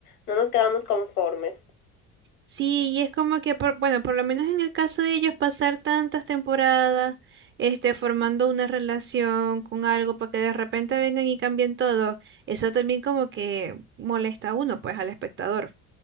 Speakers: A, on the left; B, on the right.
A: no nos quedamos conformes.
B: Sí, y es como que, por, bueno, por lo menos en el caso de ellos, pasar tantas temporadas, este, formando una relación con algo para que de repente vengan y cambien todo, eso también como que molesta a uno, pues, al espectador.